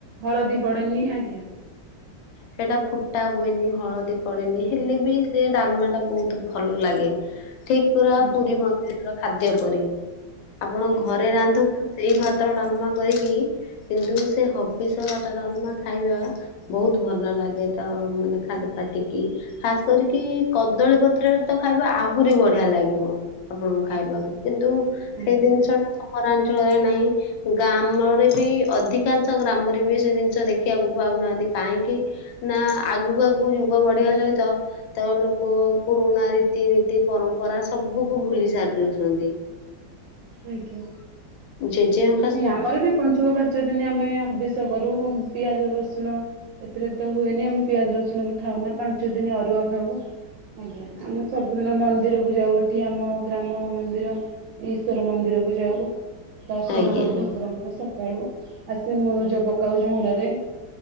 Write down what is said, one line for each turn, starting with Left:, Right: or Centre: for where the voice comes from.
Right: ହଳଦୀ ପଡେନି ଆଜ୍ଞା।
Left: ସେଟା ଫୁଟା ହୁଏନି ହଳଦୀ ପଡେନି
Right: ଆଜ୍ଞା
Left: ହେଲେ ବି ସେ ଡାଲମା ଟା ବହୁତ ଭଲ ଲାଗେ ଠିକ ପୁରା
Right: ଆଜ୍ଞା
Left: ପୁରୀ ମ ର ଖାଦ୍ୟ ପରି ଆପଣ
Right: ଆଜ୍ଞା
Left: ଘରେ ରାନ୍ଧନ୍ତୁ। ସେଇ ଭାତ ଡାଲମା କରିକି କିନ୍ତୁ ସେ ହବିଷ ଭାତ ଡାଲମା ଖାଇବା। ବହୁତ ଭଲ ଲାଗେ ତ ମାନେ ଖା ଖାଦ ପାଟିକି ଖାସ କରିକି କଦଳୀ ପତ୍ରରେ ତ ଖାଇବା ଆହୁରି ବଢିଆ ଲାଗିବ ଆପଣଙ୍କୁ ଖାଇବାକୁ। କିନ୍ତୁ
Right: ଆଜ୍ଞା ଆଜ୍ଞା
Left: ସେଇ ଜିନିଷ ଟା ସହରାଞ୍ଚଳରେ ନାହିଁ। ଗ୍ରାମରେ ବି ଅଧିକାଂଶ ଗ୍ରାମରେ ବି ସେ ଜିନିଷ ଦେଖିବାକୁ ପାଉନାହାନ୍ତି। କାହିଁକି ନା ଆଗକୁ ଆଗକୁ ଯୁଗ ବଢିବା ସହିତ ତ ଲୋକ ପୁରୁଣା ରୀତିନୀତି ପରମ୍ପରା ସବୁକୁ ଭୁଲି ସାରି ଦଉଛନ୍ତି।
Right: ଆଜ୍ଞା।
Left: ଯେଜେ ହଁ
Right: ନାଇଁ ଆମର ବି ପଞ୍ଚୁକ ପା ଚ ଦିନ ଆମେ ହବଷ କରୁ ପିଆଜ ରସୁଣ ଏଥିରେ ତ ହୁଏନି ଆମେ ପିଆଜ ରସୁଣ ବି ଖାଉ ନା ପାଞ୍ଚ ଦିନ ଅରୁଆ ଖାଉ ଆଜ୍ଞା ଆମେ ସବୁଦିନ ମନ୍ଦିର କୁ ଯାଉ ଏଠି ଆମ ଗ୍ରାମ ମନ୍ଦିର ଈଶ୍ୱର ମନ୍ଦିର କୁ ଯାଉ। ଦର୍ଶନ
Left: ଆଜ୍ଞା
Right: କରୁ
Left: ଆଜ୍ଞା।
Right: ଠାକୁରଙ୍କର ସକାଳୁ ଆସି ମରୁଜ ପକାଉ ଚଉଁରାରେ